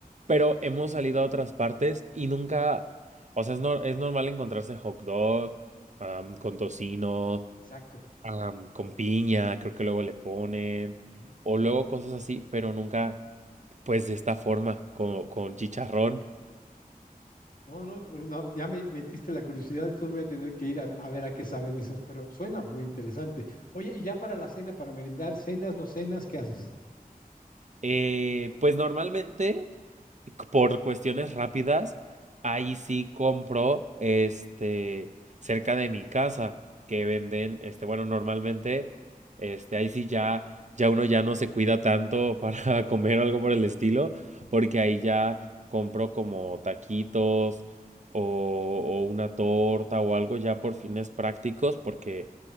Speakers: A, on the right; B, on the left.
A: pero hemos salido a otras partes y nunca, o sea, es, nor- es normal encontrarse hot dog am, con tocino
B: Exacto.
A: am, con piña, creo que luego le ponen,
B: Ujú.
A: o luego cosas así, pero nunca, pues de esta forma, con, con chicharrón.
B: No, no, pues no, ya me metiste la curiosidad, entonces voy a tener que ir a, a ver a qué saben esos, pero suena muy interesante. Oye, y ya para la cena, para merendar, cenas, no cenas, ¿qué haces?
A: Eh, pues normalmente por cuestiones rápidas, ahí sí compro este cerca de mi casa que venden este bueno, normalmente este ahí sí ya ya uno ya no se cuida tanto <laughs> para comer o algo por el estilo, porque ahí ya compro como taquitos o, o una torta o algo ya por fines prácticos, porque